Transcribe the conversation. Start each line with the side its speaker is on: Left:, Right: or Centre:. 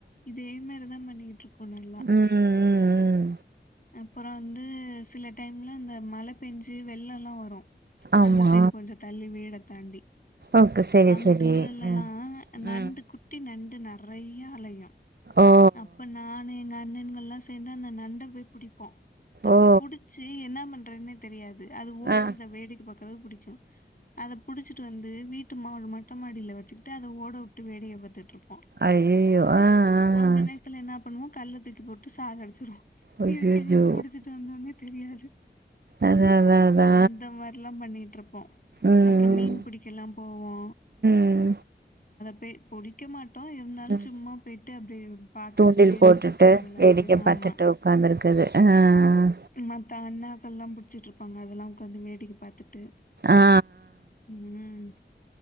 Left: இதே மாரிதா பண்ணிக் கு நல்லா
Right: ம் ம் ம்
Left: அப்பறோ வந்து சில டைம்ல அந்த மழ பேஞ்சு வெள்ளலா வரு
Right: ஆமா
Left: அந்த சைடு கொஞ்ச தள்ளி வீட தாண்டி
Right: ஓகே செரி
Left: அங்குட்டு
Right: செரி
Left: உள்ள இலலா
Right: அ
Left: நண்டு
Right: ம்
Left: குட்டி நண் டு நெறைய அலயு
Right: ஓ
Left: அப்ப நானு எங்க அண்ணன்கள்லா சேந்து அந்த நண்ட போய் புடிப்போ அப்ப
Right: ஓ
Left: புடிச்சு என்ன பண்றதுன்னே தெரியாது அது ஓட்றத
Right: ஆ
Left: வேடிக்க பாக்குறது புடிக்கு அத புடிச்சுட்டு வந் து வீட்டு மா மொட்டமாடில வச்சுகிட்டு அத ஓட வுட்டு வேடிக்க பாத்துட்டு இருப் போ
Right: ஐயையோ ஆ
Left: கொஞ்ச
Right: ஆ
Left: நேரத்துல என்னா பண்ணுவோ கல்ல தூக்கி போட் டு சாகடுச்சுருவோ
Right: அய்யய்யோ
Left: இதுக்கு எதுக்கு புடிச்சுட்டு வந்தோனே தெரியாது
Right: அதா அதா அதா
Left: அந்த மாரில்லா பண்ணிட்டு இருப்போ
Right: ம்
Left: அப்பறோ மீன் புடிக்கல்லா போவோ
Right: ம்
Left: பெ பொடிக்க மாட்டோ இருந்தாலு
Right: ம்
Left: சும்மா பேய்ட்டு அப்டியே பாக்குறது
Right: தூண்டில்
Left: வேடிக்க
Right: போட்டுட்டு
Left: பாக்குறது எல்லாத்தையு
Right: வேடிக்க
Left: ஆமா
Right: பாத்துட்டு உக்காந்துருக்குது ஆ
Left: ம மத்த அண்ணாக்கள்லா புடிச்சுட்ருப்பாங்க அதல்லா உக்காந்து வேடிக்க பாத்துட் டு
Right: ஆ
Left: ம்